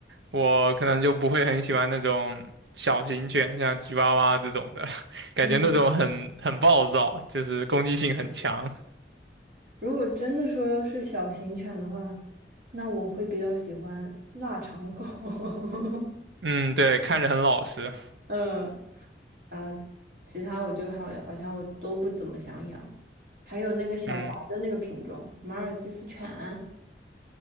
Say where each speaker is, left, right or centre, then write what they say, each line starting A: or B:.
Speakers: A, on the right; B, on the right.
A: 我可能就不会很喜欢那种小型犬，像吉娃娃这种的，<laughs> 感觉那种很很暴躁，
B: 嗯。
A: 就是攻击性很强。
B: 如果真的说是小型犬的话，那我会比较喜欢腊肠狗。<laughs>
A: 嗯，对，看着很老实。
B: 嗯，啊，其他我就好，好像我都不怎么想养。还有那个小白的那个品种，
A: 嗯
B: 马尔济斯犬，